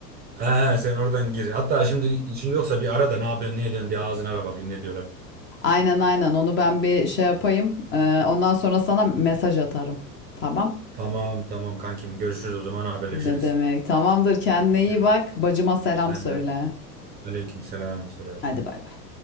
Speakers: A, on the right (about 20°); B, on the left (about 25°).
A: He, sen oradan gir. Hatta şimdi işin yoksa bir ara da ne yapıyorsun ne ediyorsun bir ağzını ara bakayım ne diyorlar.
B: Aynen aynen onu ben bir şey yapayım. Ee, ondan sonra sana mesaj atarım. Tamam.
A: Tamam tamam kankim görüşürüz o zaman haberleşiriz.
B: Ne demek? Tamamdır kendine iyi
A: Hı,
B: bak. Bacıma selam
A: Sen
B: söyle.
A: de. Aleyküm selam selam.
B: Hadi bay bay.